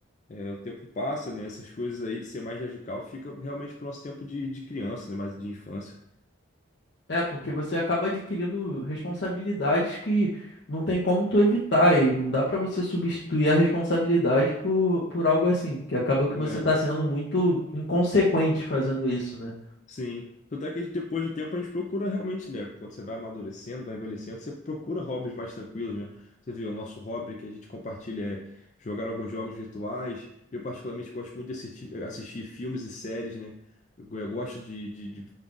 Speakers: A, on the left; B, on the left.
A: É, o tempo passa, né? Essas coisas aí de ser mais radical fica realmente pro nosso tempo de, de criança, né? Mais de infância.
B: É, porque você acaba adquirindo responsabilidades que não tem como tu evitar e não dá pra você substituir a responsabilidade por, por algo assim, que acaba que
A: né?
B: você tá sendo muito inconsequente fazendo isso, né?
A: Sim. Tanto é que depois do tempo a gente procura realmente, né? Quando você vai amadurecendo, vai envelhecendo, você procura hobbies mais tranquilos, né? Você vê, o nosso hobby que a gente compartilha é jogar alguns jogos virtuais. Eu particularmente gosto muito de assistir, assistir filmes e séries, né? Eu, eu gosto de, de, de